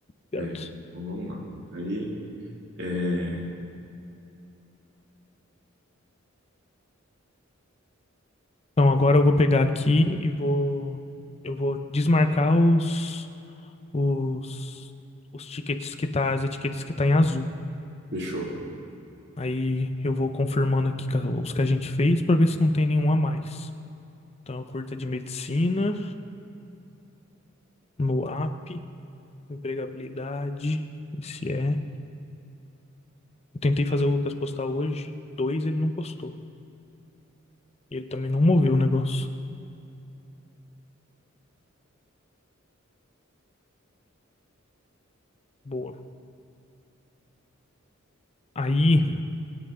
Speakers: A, on the left; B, on the right.
A: Obrigado.
B: É, então vamos lá. Aí, é,
A: Então agora eu vou pegar aqui e vou eu vou desmarcar os os os tickets que tá, as etiquetas que tá em azul.
B: fechou,
A: Aí eu vou confirmando aqui ca- os que a gente fez para ver se não tem nenhum a mais. Então, a curta de medicina, no app, empregabilidade, esse é. Eu tentei fazer o Lucas postar hoje, dois ele não postou. Ele também não moveu o negócio. Boa. Aí,